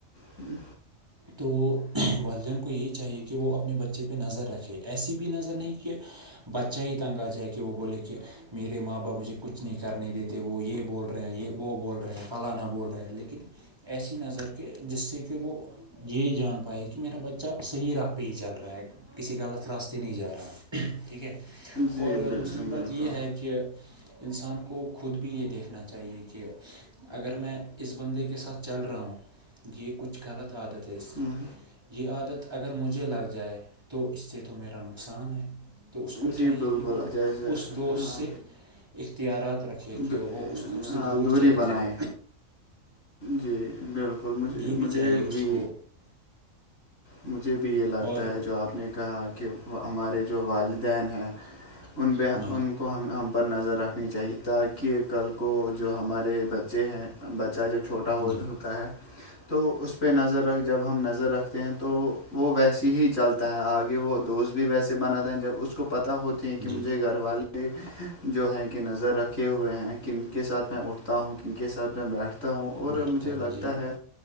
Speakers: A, on the left (about 70°); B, on the right (about 20°).
A: ہوں
B: تو والدین کو یہ چاہیے کہ وہ اپنے بچے پہ نظر رکھے ایسی بھی نظر نہیں کہ بچہ ہی تنگ آ جائے کہ وہ بولے کہ میرے ماں باپ مجھے کچھ نہیں کرنے دیتے وہ یہ بول رہے ہیں یہ وہ بول رہے ہیں فلاں نہ بول رہے ہیں لیکن ایسی نظر کہ جس سے کہ وہ یہ جان پائے کہ میرا بچہ صحیح راہ پہ ہی چل رہا ہے کسی غلط راستے نہیں جا رہا ٹھیک ہے
A: جی
B: اور
A: بال
B: دوسری بات
A: بالکل
B: یہ ہے کہ انسان کو خود بھی یہ دیکھنا چاہیے کہ اگر میں اس بندے کے ساتھ چل رہا ہوں یہ کچھ غلط عادت ہے اس کی
A: ہوں
B: یہ عادت اگر مجھے لگ جائے تو اس سے تو میرا نقصان ہے تو اس کو
A: جی
B: چاہیے
A: بالکل
B: کہ وہ
A: جیسے
B: اس دوست
A: ہاں
B: سے اختیارات رکھیں کہ
A: دو-
B: وہ اس د سے
A: ہاں
B: دور
A: دوری
B: چلے
A: بنائیں
B: جائے
A: جی بالکل مجھے
B: یہ بھی
A: مجھے
B: چاہیے اس
A: بھی
B: کو
A: مجھے بھی یہ لگتا
B: اور
A: ہے جو آپ نے کہا کہ وہ ہمارے جو والدین ہیں ان ب
B: جی
A: ان کو ہم ہم پر نظر رکھنی چاہیے تاکہ کل کو جو ہمارے بچے ہیں بچہ جب چھوٹا ہو
B: جی
A: ہوتا ہے تو اس پہ نظر جب ہم نظر رکھ ہیں تو وہ ویسی ہی چلتا ہے آگے وہ دوست بھی ویسے بناتا ہے جب اس کو پتتا ہوتا ت کہجے
B: جی
A: گھر والے جو ہیں کہ نظر رکھے ہوئے ہیں کن کے ساتھ میں اٹھتا ہوں کن کے ساتھ میں بیٹھتا ہوں اور
B: بیٹھتا
A: مجھے
B: ہوں
A: لگتا
B: جی
A: ہے